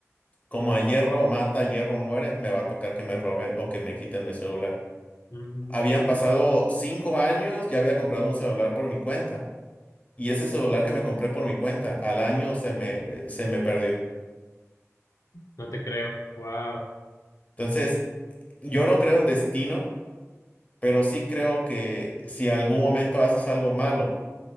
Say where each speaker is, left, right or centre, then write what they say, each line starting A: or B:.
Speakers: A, on the left; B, on the left.
A: como a hierro mata, hierro muere, me va a tocar que me roben o que me quiten mi celular.
B: Mm,
A: Habían pasado cinco años, ya había comprado un celular por mi cuenta. Y ese celular que me compré por mi cuenta, al año se me, eh, se me perdió.
B: no te creo. Wow.
A: Entonces, yo no creo en destino, pero sí creo que si algún momento haces algo malo,